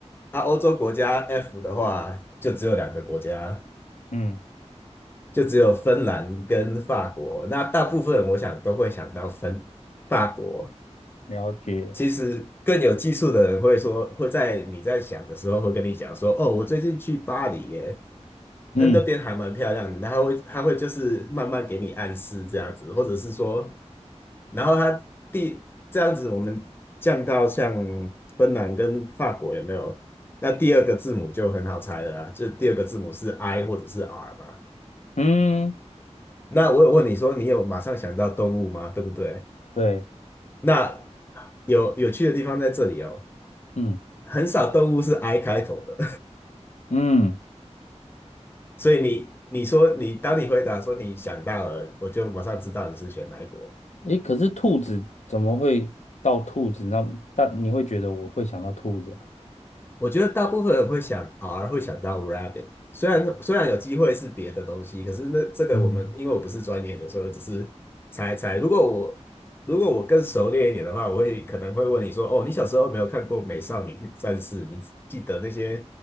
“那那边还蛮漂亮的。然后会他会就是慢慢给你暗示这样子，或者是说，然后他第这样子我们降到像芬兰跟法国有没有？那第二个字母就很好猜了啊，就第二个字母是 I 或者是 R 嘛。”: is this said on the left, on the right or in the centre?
Left